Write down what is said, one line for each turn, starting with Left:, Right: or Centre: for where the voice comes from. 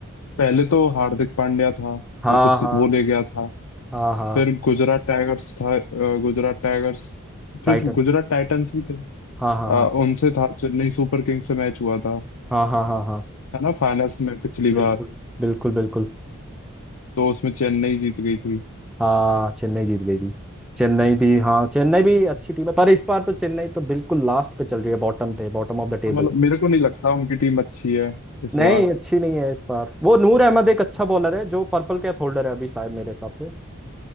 Left: पहले तो हार्दिक पांड्या था
Centre: हाँ
Left: तो उस
Centre: हाँ
Left: वो ले गया था
Centre: हाँ हाँ
Left: फिर गुजरात टाइगर्स था अ, गुजरात टाइगर्स फिर
Centre: टाइटंस
Left: गुजरात टाइटंस ही थे
Centre: हाँ हाँ
Left: अ,
Centre: हाँ
Left: उनसे था चेन्नई सुपर किंग्स से मैच हुआ था
Centre: हाँ हाँ हाँ हाँ
Left: है ना फाइनल्स में पिछली बार
Centre: बिल्कुल बिल्कुल बिल्कुल
Left: तो उसमें चेन्नई जीत गई थी
Centre: हाँ चेन्नई जीत गई थी चेन्नई भी हाँ चेन्नई भी अच्छी टीम है पर इस बार तो चेन्नई तो बिल्कुल लास्ट पे चल रही है बॉटम पे बॉटम ऑफ द टेबल
Left: हाँ, मतलब मेरे को नहीं लगता उनकी टीम अच्छी है इस
Centre: नहीं
Left: बार
Centre: अच्छी नहीं है इस बार वो नूर अहमद एक अच्छा बॉलर है जो पर्पल कैप होल्डर है अभी शायद मेरे हिसाब से